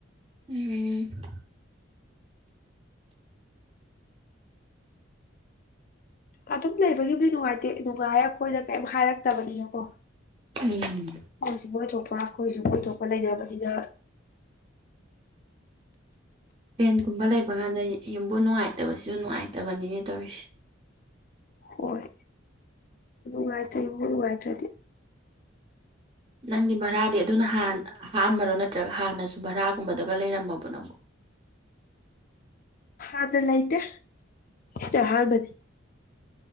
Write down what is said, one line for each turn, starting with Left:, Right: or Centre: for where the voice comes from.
Right: ꯎꯝ
Left: ꯑꯗꯨꯝ ꯂꯩꯕꯒꯤꯕꯨꯗꯤ ꯅꯨꯡꯉꯥꯏꯇꯦ ꯅꯨꯡꯉꯥꯏꯔ ꯑꯩꯈꯣꯏꯗ ꯀꯩꯝ ꯍꯥꯏꯔꯛꯇꯕꯅꯤꯅꯀꯣ
Right: ꯎꯝ
Left: ꯑꯩꯣꯏꯁꯨ ꯀꯣꯏꯊꯣꯛꯄ ꯑꯩꯈꯣꯏꯁꯨ ꯀꯣꯏꯊꯣꯛꯄ ꯂꯩꯅꯕꯅꯤꯅ
Right: ꯇ꯭ꯔꯦꯟꯒꯨꯝꯕ ꯂꯩꯕ ꯀꯥꯟꯗ ꯌꯨꯝꯕꯨ ꯅꯨꯡꯉꯥꯏꯇꯕꯁꯤꯁꯨ ꯅꯨꯡꯉꯥꯏꯇꯕꯅꯤꯅ ꯇꯧꯔꯤꯁꯦ
Left: ꯍꯣꯏ <unintelligible> ꯋꯥꯏꯆꯗꯤ
Right: ꯅꯪꯗꯤ ꯚꯔꯥꯗꯤ ꯑꯗꯨꯅꯥꯟ ꯍꯥꯟꯕꯔꯣ ꯅꯠꯇ꯭ꯔꯒ ꯍꯥꯟꯅꯁꯨ ꯚꯔꯥꯒꯨꯝꯕꯗꯒ ꯂꯩꯔꯝꯃꯕ ꯅꯪ
Left: ꯑꯅꯥꯏꯇ ꯏ ꯍꯥꯜꯕꯗꯤ